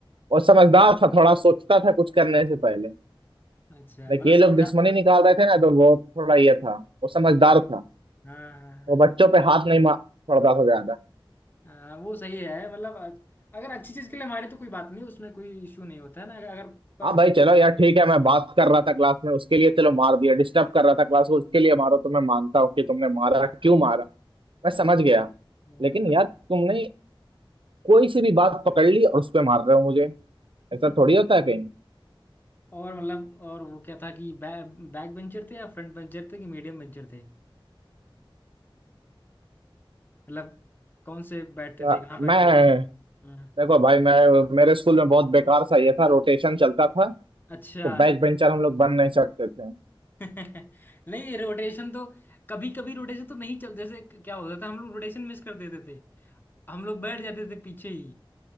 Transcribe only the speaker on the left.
अच्छा
मतलब
समझा
हाँ
हाँ
हाँ, हाँ।
हाँ वो सही है मतलब अ- अगर अच्छी चीज के लिए मारे तो कोई बात नहीं उसमें कोई इशू नहीं होता है ना अगर पर
अ,
<laughs>
और मतलब और वो क्या था कि बै, बैक बेंचर थे या फ्रंट बेंचर थे कि मीडियम बेंचर थे मतलब कौन से बैठते
थे कहाँ बैठते
थे हाँ,
अच्छा
<laughs> नहीं रोटेशन तो कभी कभी रोटेशन तो नहीं चल जैसे क्या होता था हम लोग रोटेशन मिस कर देते थे हम लोग बैठ जाते थे पीछे ही